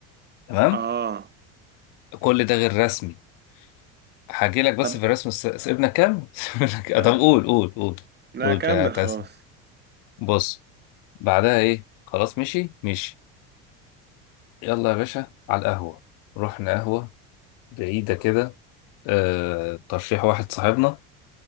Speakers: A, on the left (about 70°); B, on the right (about 30°).
A: تمام
B: اه
A: كل ده غير رسمي هاجي لك بس
B: طب
A: في الرسم الس- سيبنا كام؟ <laughs> سيبنا كام؟
B: طيب
A: طب قول قول قول
B: لا
A: قول
B: كمل
A: كتاسم
B: خلاص
A: بص بعدها ايه؟ خلاص مشي مشي يلا يا باشا على القهوة رحنا قهوة بعيدة كده آه ترشيح واحد صاحبنا